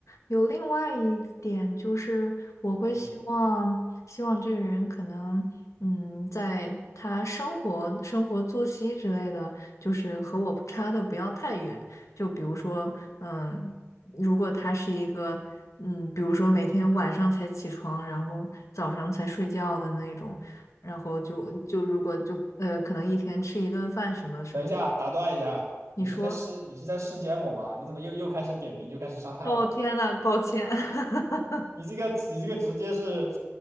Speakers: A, on the left (about 80°); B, on the right (about 80°).
A: 有另外一点就是，我会希望希望这个人可能，
B: 嗯，
A: 嗯，在他生活、生活作息之类的，就是和我差的不要太远。就比如说，嗯，如果他是一个，嗯，比如说每天晚上才起床，然后早上才睡觉的那种，然后就就如果就呃，可能一天吃一顿饭什么什么，
B: 等一下，打断一下，
A: 你说，
B: 你是在试你是在试检我吗？你怎么又又开始点名就开始伤害我？
A: 哦，天呐，抱歉。<laughs>
B: 你这个你这个直接是